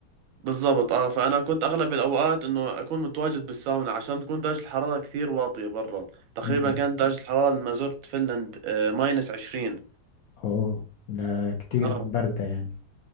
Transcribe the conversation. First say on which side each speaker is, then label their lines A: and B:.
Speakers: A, on the right; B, on the left.
A: بالضبط اه فأنا كنت أغلب الأوقات إنه أكون متواجد بالساونا عشان تكون درجة الحرارة كثير واطية برا تقريبا
B: امم
A: كانت درجة الحرارة لما زرت فنلند ماينس 20
B: اوه ده كتير
A: اه
B: باردة يعني